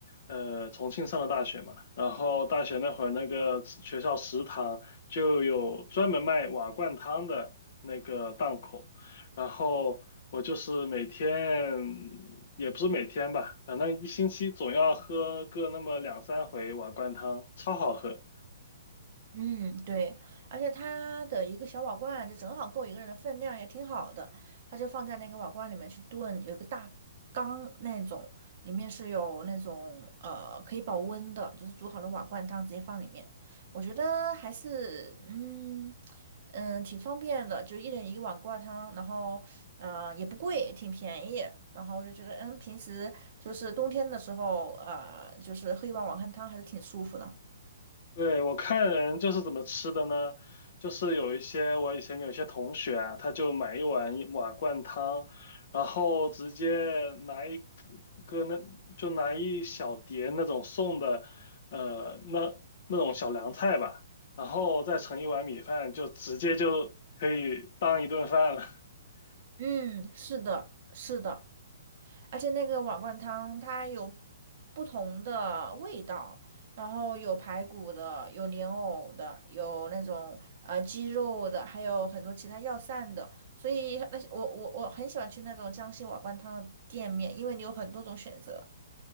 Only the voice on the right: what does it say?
嗯，对，而且它的一个小瓦罐，就正好够一个人的分量，也挺好的。它就放在那个瓦罐里面去炖，有一个大缸那种，里面是有那种呃可以保温的，就是煮好的瓦罐汤直接放里面。我觉得还是嗯嗯挺方便的，就一人一个碗挂汤，然后嗯、呃也不贵，挺便宜。然后我就觉得嗯，平时就是冬天的时候，呃，就是喝一碗瓦罐汤还是挺舒服的。
嗯，是的，是的，而且那个瓦罐汤它有不同的味道，然后有排骨的，有莲藕的，有那种呃鸡肉的，还有很多其他药膳的，所以那些我我我很喜欢去那种江西瓦罐汤的店面，因为你有很多种选择。